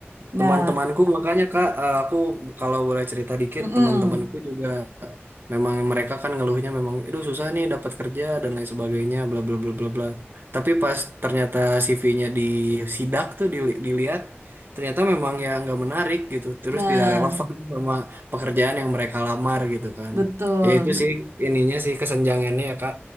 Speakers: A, on the right (about 90°); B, on the right (about 55°).
A: Nah,
B: Teman-temanku makanya Kak, eh, aku kalau boleh cerita dikit,
A: mm-mm.
B: teman-temanku juga memang mereka kan ngeluhnya memang, aduh susah nih dapat kerja dan lain sebagainya, bla bla bla bla bla. Tapi pas ternyata CV-nya disidak tuh dili- dilihat, ternyata memang ya nggak menarik gitu, terus
A: Nah,
B: tidak relevan <laughs> sama pekerjaan yang mereka lamar gitu kan.
A: betul.
B: Ya itu sih ininya sih kesenjangannya ya Kak.